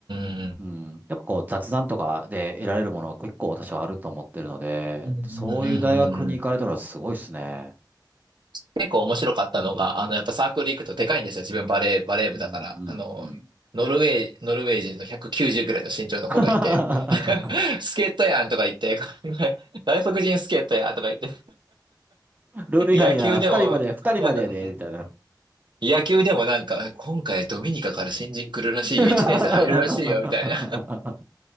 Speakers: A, on the right (about 80°); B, on the right (about 20°).
A: う
B: うん。やっぱこう雑談とかで得られるもの結構私はあると思ってるので、
A: んうん。うんうんうんうんうん
B: そういう大学に行かれたらすごいですね。
A: 結構面白かったのが、あの、やっぱサークル行くとでかいんですよ。自分バレー、バレー部だから。
B: うん、うん、
A: あの、
B: うん。
A: ノルウェー、ノルウェー人の190ぐらいの身長の子がいて、
B: <laughs>
A: <laughs> スケートやんとか言って、<laughs> 外国人スケートやんとか言って、
B: ルール違反や、
A: 野球でも、
B: 二人まで、二人までやで、
A: なんか、うん
B: みたいな。
A: 野球でもなんか、今回ドミニカから新人来るらしいよ、
B: <laughs>
A: 1年生入るらしいよ、みたいな。